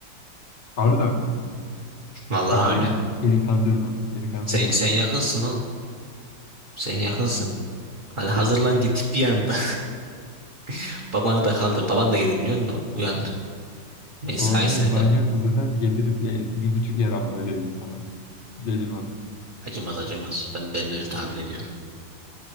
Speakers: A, on the left (about 40°); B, on the right (about 35°).
A: Harbiden mi?
B: Vallahi
A: Bak beni
B: öyle.
A: beni kandırma. Beni kandırma.
B: Sen, sen yakınsın oğlum. Sen yakınsın. Hadi hazırlan
A: <laughs>
B: git bir anda. <laughs> Babanı da kaldır. Baban da gelir biliyor musun? o? Uyanır. Mesaisine
A: Babam der manyak
B: de
A: mısın der gelirim e, bir buçuk yer ama öyle diyeyim sana. Hiç acımaz.
B: acımaz acımaz. Ben ben de öyle tahmin ediyorum.